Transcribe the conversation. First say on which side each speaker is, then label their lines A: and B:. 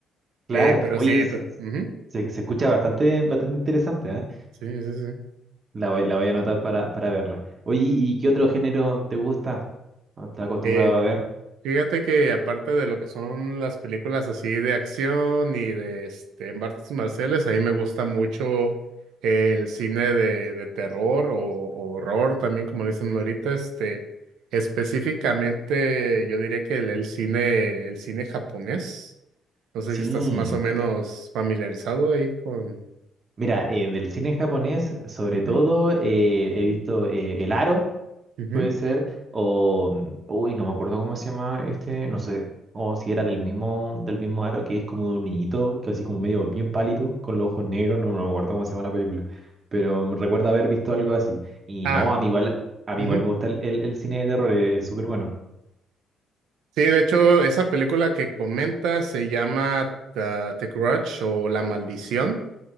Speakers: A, on the right; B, on the right.
A: Claro.
B: Eh, pero
A: Oye,
B: sí,
A: se,
B: pero. ujú.
A: se- se escucha bastante, bastante interesante, ¿ah?
B: Sí, sí, sí.
A: La voy, la voy a anotar para, para verla. Oye, ¿y qué otro género te gusta? ¿O ¿Estás acostumbrado
B: Eh,
A: a ver?
B: fíjate que aparte de lo que son las películas así de acción y de este, artes marciales, a mí me gusta mucho el cine de, de terror o, o horror también, como le dicen ahorita, este, específicamente yo diría que el, el cine, el cine japonés. No sé
A: Sí,
B: si estás más o menos
A: eh,
B: familiarizado ahí con...
A: mira, eh, del cine japonés, sobre
B: Ujú,
A: todo, eh, he visto eh, El Aro,
B: ujú.
A: puede ser, o, mm, uy, no me acuerdo cómo se llama este, no sé, o si era del mismo, del mismo Aro, que es como de un niñito, que así como medio bien pálido, con los ojos negros, no, no me acuerdo cómo se llama la película, pero me recuerda haber visto algo así. Y
B: Ah,
A: no, a mí igual, a mí
B: ujú.
A: igual me gusta el, el, el cine de terror, eh, es súper bueno.
B: Sí, de hecho, esa película que comentas se llama ah, The Grudge o La Maldición.